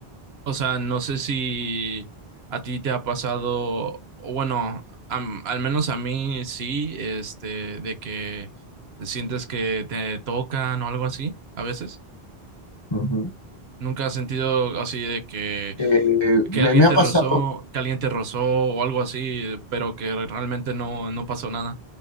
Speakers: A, on the right (about 75°); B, on the left (about 30°).
A: o sea, no sé si a ti te ha pasado, o bueno, am- al menos a mí sí, este, de que sientes que te tocan o algo así a veces.
B: ujú.
A: ¿Nunca has sentido así de que,
B: Eh, me,
A: que alguien
B: me ha
A: te
B: pasado,
A: rozó, que alguien te rozó o algo así, pero que realmente no, no pasó nada?